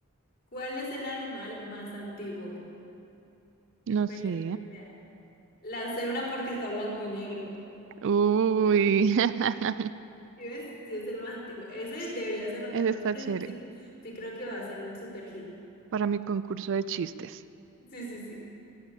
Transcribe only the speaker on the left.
¿Cuál es el animal más antiguo?
¿Cuál
crees que sea? La cebra porque está blanco y negro.
¿Sí ves? Sí, es el más antiguo. Ese deberías anotarlo
porque
sí, sí creo que va a ser un super hit.
Sí, sí, sí.